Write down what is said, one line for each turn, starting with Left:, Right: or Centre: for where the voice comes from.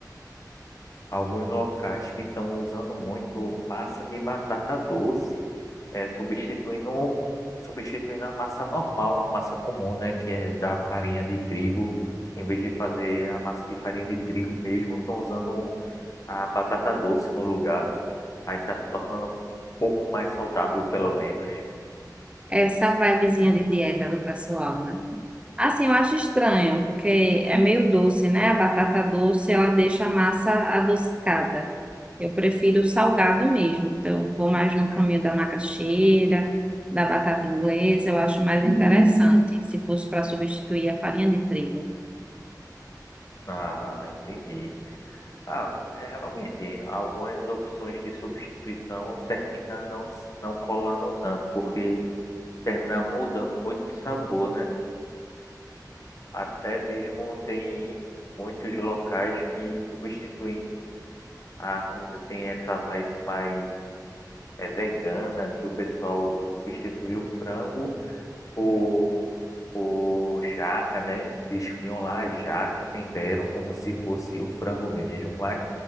Left: alguns locais que estão usando muito massa de batata doce, é, substituindo, substituindo a massa normal, a massa comum, né, que é da farinha de trigo. Em vez de fazer a massa de farinha de trigo mesmo, estão usando a batata doce no lugar. Aí está se tornando um pouco mais saudável, pelo menos.
Right: Essa vibezinha de dieta do pessoal, né? Assim, eu acho estranho, porque é meio doce, né? A batata doce, ela deixa a massa adocicada. Eu prefiro o salgado mesmo. Então, eu vou mais no caminho da macaxeira, da batata inglesa, eu acho mais interessante, se fosse para substituir a farinha de trigo.
Left: Ah, entendi. Ah, é, realmente, algumas opções de substituição terminam não, não colando tanto, porque termina mudando muito o sabor, né? Até mesmo tem muitos locais que substituem a comida, tem essa vibe mais é, vegana, que o pessoal substitui o frango por, por jaca, né? Desfiam lá a jaca, temperam como se fosse o frango mesmo, mas